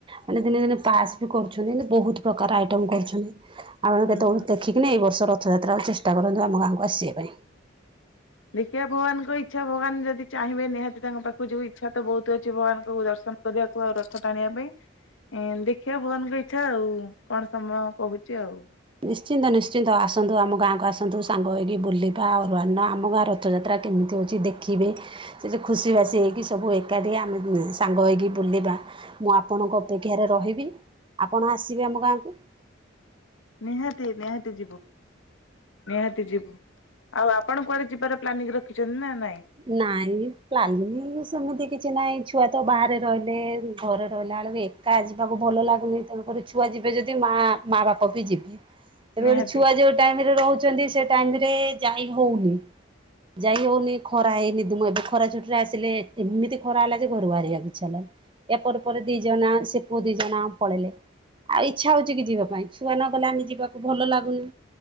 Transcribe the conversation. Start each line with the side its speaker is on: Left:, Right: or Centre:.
Right: ମାନେ ଦିନେ ଦିନେ ପାସ୍ ବି କରୁଛନ୍ତି ବହୁତ ପ୍ରକାର ଆଇଟମ୍ କରିଛନ୍ତି। ଆମେ
Left: ହୁଁ
Right: କେତେବେଳେ ଦେଖିକିିନ ଏଇ ବର୍ଷ ରଥଯାତ୍ରା ଚେଷ୍ଟା କରନ୍ତୁ ଆମ ଗାଁକୁ ଆସିବା ପାଇଁ
Left: ଦେଖିବା ଭଗବାନଙ୍କ ଇଚ୍ଛା ଭଗବାନ ଯଦି ଚାହିଁବେ ନିହାତି ତାଙ୍କ ପାଖକୁ ଯିବୁ ଇଚ୍ଛା ତ ବହୁତ ଅଛି ଭଗବାନଙ୍କ ଦର୍ଶନ କରିଆ କୁ ଆଉ ରଥ ଟାଣିବା ପାଇଁ ଦେଖିବା ଭବନଙ୍କ ଇଛା ଆଉ କଣ ସମୟ କହୁଛି ଆଉ।
Right: ନିଶ୍ଚିନ୍ତ ନିଶ୍ଚିନ୍ତ ଆସନ୍ତୁ ଆମ ଗାଁକୁ ଆସନ୍ତୁ ସାଙ୍ଗ ହୋଇକି ବୁଲିବା ଅରୁ ଅନ୍ନ ଆମ ଗାଁ ରଥଯାତ୍ରା କେମିତି ହେଉଛି ଦେଖିବେ ସେ ଯେ ଖୁସିିବାସି ହେଇକି ସବୁ ଏକାଠି ଆମେ ସାଙ୍ଗ ହୋଇକି ବୁଲିବା। ମୁଁ ଆପଣଙ୍କ ଅପେକ୍ଷାରେ ରହିବି ଆପଣ ଆସିବେ ଆମ ଗାଁକୁ?
Left: ନିହାତି ନିହାତି ଯିବୁ। ନିହାତି ଯିବୁ ଆଉ ଆପଣ କୁଆଡେ ଯିବାର ପ୍ଲାନିଂ ରଖିଛନ୍ତି ନା ନାଇଁ?
Right: ନାଇଁ ପ୍ଲାନିଂ ସେମିତି କିଛି ନାଇଁ ଛୁଆ ତ ବାହାରେ ରହିଲେ ଘରେ ରହିଲା। ଏକା ଯିବାକୁ ଭଲ ଲାଗୁନି ତେଣୁକରି ଛୁଆ ଯିବେ ଯଦି ମା ମା ବାପା ବି ଯିବେ। ତେଣୁ
Left: ନିହାତି
Right: କରି ଛୁଆ ଯୋଉ ଟାଇମ ରେ ରହୁଛି ସେ ଟାଇମରେ ଯାଇ ହଉନି ଯାଇ ହଉନି। ଖରା ହେଇନିି ମୁଁ ଏବେ ଖରା ଛୋଟରେ ଆସିଲେ ଏମିତି ଖରା ହେଲା ଯେ ଘରୁ ବାହାରିବା କୁ ଇଚ୍ଛା ହେଲାନି।। ଏହାପ ପରେ ଦି ଜଣ ସେ ପୁଅ ଦି ଜଣ ପଳେଇଲେ ଆଉ ଇଚ୍ଛା ହଉଛି କି ଯିବା ପାଇଁ ଛୁଆ ନ ଗଲେ ଆମେ ଯିବାକୁ ଭଲ ଲାଗୁନି।